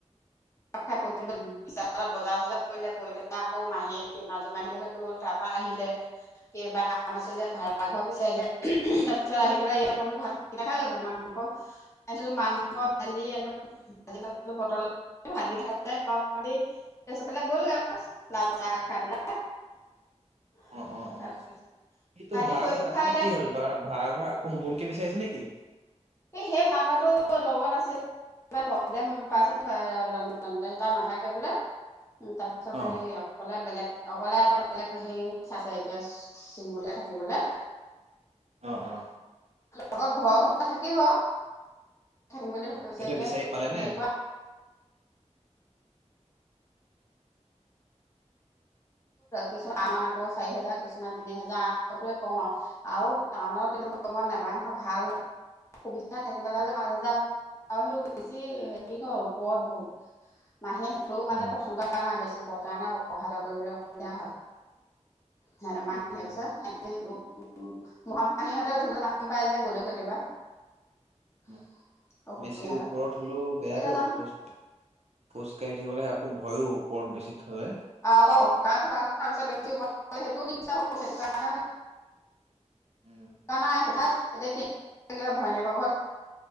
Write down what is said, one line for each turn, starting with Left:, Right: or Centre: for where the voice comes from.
Left: <unintelligible> খাই <unintelligible> বজাৰ চজাৰ কৰিলে কৰি পেলাই আকৌ মাহি মাজু মাহিৰ ঘলৈ গ'ল তা পৰা আ <unintelligible> আহিলে কিবা কাম আছিলে ভাড়াঘৰ বিচাৰিলে। ইয়াতে ম বোলো ভাত
Right: অ
Left: কেইটা খাই যাবা মা <unintelligible> মাংস আনিছিলো মাংস দালি <unintelligible> ভাজি পটল <unintelligible>
Right: অহ অহ,
Left: তাৰপিছত
Right: সিটো
Left: ৰাতি
Right: ভাড়াঘৰত
Left: পৰীক্ষা
Right: আছিলে
Left: এতিয়া
Right: কি হল বা ভা ভাৰাঘৰত কোন, গোনকি বিচাৰিছে নেকি?
Left: এহ সেই ভাড়াঘৰটো লগত আছিল কিবা প্ৰব্লেম পাইছে তাই, তাত নাথাকে বোলে। উ, তাৰ পিছতে
Right: অ
Left: এই অকলে বেলেগ অকলে এটা বেলেগ হেৰি চাইছে, এতিয়া চিংগুলকে থাকিবলে
Right: অহ অহ
Left: লগত ঘৰৰ কোনোবা থাকিব, থাকিম বুলি
Right: অ
Left: ভাবিছে
Right: এইটো
Left: এতিয়া,
Right: বিচাৰি
Left: সিটো
Right: পালে নে
Left: হেৰি কৰা কিছুমান আকৌ চাৰি হেজাৰ, কিছুমান তিনি হেজাৰ আঠশটোৱে কম আৰু আৰু টাউনত কমত নাপায় নহয়, ভাল সুবিধা থাকিবলৈ হলে পাঁচ হাজাৰ <unintelligible> সেই বেছি হেৰি ঘৰ ওপৰত বহুত মাহী সেইটেও মানে
Right: অ
Left: পচন্দ কৰা নাই, বেছি উপৰত কাৰনে অহাযোৱা কৰিবলৈ অসুবিধা হয়।
Right: <inaudible>
Left: হেইদিনা মাহীয়ে
Right: উম
Left: কৈছে <unintelligible> মহা-মাহীহঁতে উঠিবলৈ টান পাই যে গ'লেও কেতিয়াবা। <unintelligible>
Right: উম
Left: অসুবিধা
Right: বেছি ওপৰত
Left: হয়
Right: হ'লেও বেয়াটো
Left: এতিয়া জানো
Right: খোজ খোজ কাঢ়ি থাকিবলৈ আকৌ ভয়ো ওপৰত বেছি। থলে
Left: আৰু আকৌ ককা থকাৰ কথা কৈছে বেছি ওপৰত থ'লে, সেইটো দিগদাৰ হ'ব, সেইটো কাৰণেও থোৱা
Right: উম
Left: নাই এতিয়া কিবা ভৈনীয়েকৰ ঘৰত